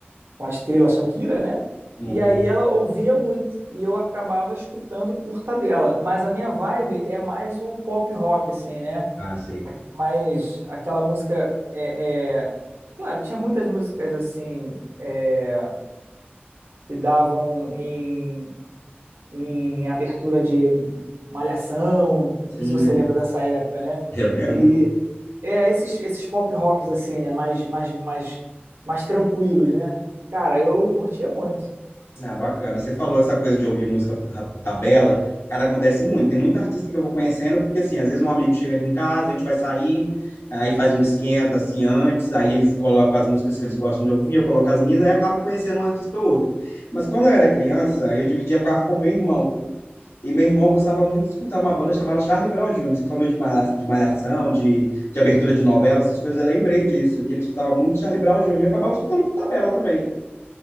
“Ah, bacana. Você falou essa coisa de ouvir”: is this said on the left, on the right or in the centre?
Left